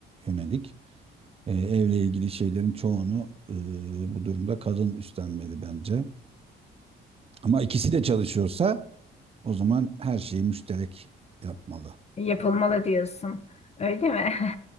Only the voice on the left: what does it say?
Yapılmalı diyorsun. Öyle mi? <laughs>